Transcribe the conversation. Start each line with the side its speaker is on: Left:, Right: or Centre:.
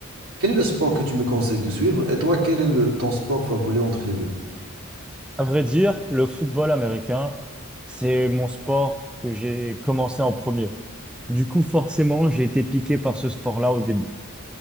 Right: Quel est le sport que tu me conseilles de suivre? Et toi, quel est le- ton sport favori entre les deux?
Centre: À vrai dire, le football américain, c'est mon sport que j'ai commencé en premier. Du coup, forcément, j'ai été piqué par ce sport-là au début.